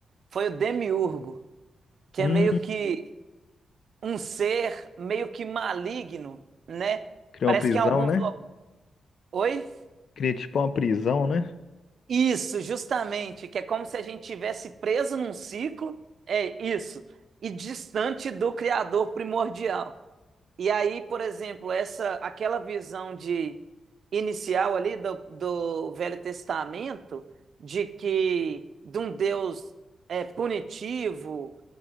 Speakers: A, on the right (about 60°); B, on the left (about 65°).
A: foi o demiurgo, que
B: Hum,
A: é meio que um ser meio que maligno, né?
B: criar
A: Parece
B: uma prisão,
A: que em alguns
B: né?
A: lo- Oi?
B: Cria tipo uma prisão, né?
A: Isso, justamente, que é como se a gente tivesse preso num ciclo, é isso, e distante do criador primordial. E aí, por exemplo, essa aquela visão de inicial ali do, do Velho Testamento de que de um Deus é, punitivo,